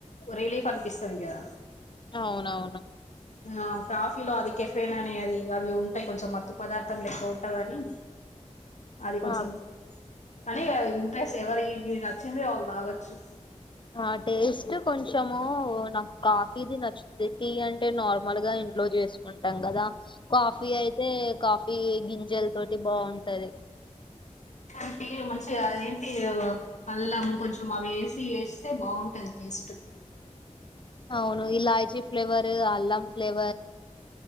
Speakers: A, on the left (about 70°); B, on the left (about 40°).
A: రిలీఫ్ అనిపిస్తది కదా
B: అవునవును
A: ఆ కాఫీలో అది కెఫేన్ అనే అది అవి ఉంటాయి కొంచెం మత్తు పదార్థం లేక్క ఉంటందని అది కొంచెం
B: ఆ
A: తనీ ఇంట్రెస్ట్ ఎవరి నచ్చింద వాళ్ళు తాగొచ్చు
B: ఆ టేస్ట్ కొంచము నాకు కాఫీది నచ్చుంది టీ అంటే నార్మల్ గా ఇంట్లో చేసుకుంటాం కదా కాఫీ అయితే కాఫీ గింజల తోటి బాగుంటది
A: ఓన్లీ టీ మంచిగా అదేంటి అల్లం కొంచెం అవి వేసి వేస్తే బాగుంటది టేస్ట్
B: అవును ఇలాచీ ఫ్లేవర్ అల్లం ఫ్లేవర్